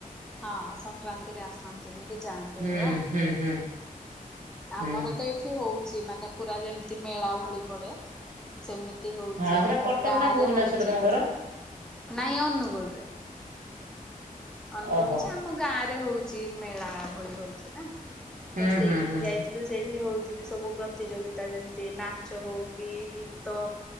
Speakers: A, in the centre; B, on the right (about 65°).
A: ହଁ, ସଂକ୍ରାନ୍ତିରେ ଆସନ୍ତିନି କି ଜାଆନ୍ତିନି
B: ହୁଁ
A: ବା
B: ହୁଁ ହୁଁ ହୁଁ
A: ଆମର ତ ଏଠି ହଉଛି, ମାନେ ପୂରା ଯେମିତି ମେଳା ଭଳି ପଡେ। ସେମିତି ହଉଛି
B: ହଁ ସେଟା
A: ଆମ
B: କଟକ
A: ଗାଁ
B: ନା ଭୁବନେଶ୍ଵର
A: ରେ ହଉଛି।
B: ତମ ଘର?
A: ନାଇଁ ଅନୁଗୁଳରେ ଅନଗୁଳ
B: ଓହୋ
A: ଯେ ଆମ ଗାଁ ରେ ହଉଛି, ମେଳା ଭଳି ହଉଛି ନା।
B: ହୁଁ
A: ତ, ସେଇଠିକି
B: ହୁଁ ହୁଁ
A: ଯାଇଥିଲୁ, ସେଇଠି ହଉଛି ବି ସବୁ ପ୍ରତିଯୋଗିତା ଯେମିତି, ନାଚ, ହଉ କି, ଗୀତ,